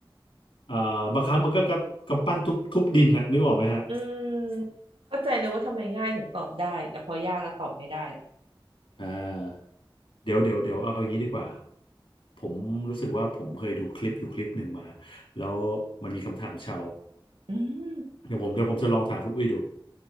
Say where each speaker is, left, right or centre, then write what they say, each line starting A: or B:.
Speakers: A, on the left; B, on the right.
A: เอ่อบางครั้งมันก็กระกำปั้นทุบทุบดินนะนึกออกไหมฮะ
B: อืมเข้าใจเลยว่าทำไมง่ายถึงตอบได้แต่พอยากแล้วตอบไม่ได้
A: อ่าเดี๋ยวเดี๋ยวเดี๋ยวเอาอย่างนี้ดีกว่า ผมรู้สึกว่าผมเคยดูคลิปอยู่คลิปหนึ่งมาแล้วมันมีคำถามชาว
B: อืม
A: เดี๋ยวผมเดี๋ยวผมจะลองถามคุณอุ้ยดู